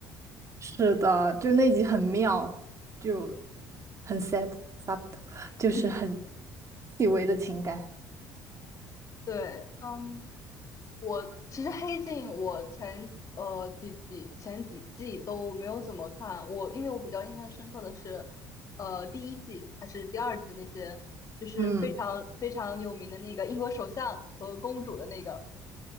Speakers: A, on the right (about 35°); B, on the left (about 40°).
A: 是的，就是那集很妙，就很 s e t subtle，
B: <laughs>。
A: 就是很
B: 嗯
A: 细微的情感，
B: 对，嗯，我其实《黑镜》我前呃几季前几季都没有怎么看，我因为我比较印象深刻的是，呃第一季还是第二季那些，就是非常非常有名的那个英国首相和公主的那个。
A: 嗯。